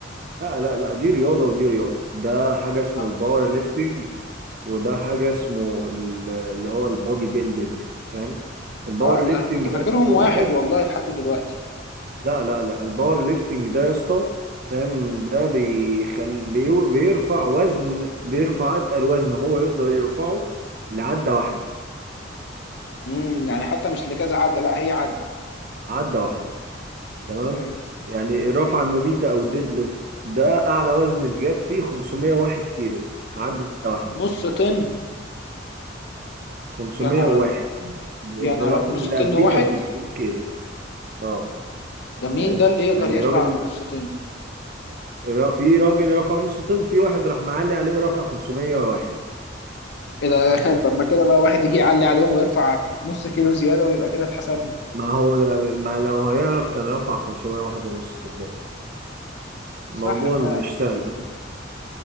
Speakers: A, on the right; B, on the left.
A: لا لا لا دي رياضة ودي رياضة ده حاجة اسمه
B: آه
A: الباور ليفتنج وده حاجة اسمه ال- اللي هو البودي بيلدينج فاهم الباور
B: آه،
A: ليفتنج
B: ده أنا كنت
A: ده
B: فاكرهم
A: واحد
B: واحد والله لحد دلوقتي
A: لا لا لا الباور ليفتنج ده يا اسطى فاهم ده بيخل... بيو- بيرفع وزن بيرفع اتقل وزن هو يقدر يرفعه لعدة واحدة
B: امم يعني حتى مش لكذا عدة لا هي عدة
A: عدة واحدة تمام
B: فهمت
A: يعني الرفعة المميتة او الديد ليفت ده اعلى وزن اتجاب فيه 501 كيلو عدة واحدة
B: نص طن
A: 501
B: يا نهار أبيض
A: لان
B: يا نهار
A: الرقم
B: أبيض. نص
A: اللي
B: طن
A: قبليه
B: واحد
A: كان 500 كيلو اه
B: ده مين
A: فاهم
B: ده اللي يقدر
A: يعني
B: يرفع
A: الراجل اللي
B: نص طن
A: الر- في راجل رفع نص طن في واحد راح معلي عليه ورفع 501
B: ايه ده <laughs> طب ما كده بقى واحد يجي يعلي عليهم ويرفع نص كيلو زيادة ويبقى كده اتحسب له
A: ما هو ل- ما لو هيعرف كان رفع 501 ونص صدقني الموضوع
B: صح فعلا
A: مش سهل فاهم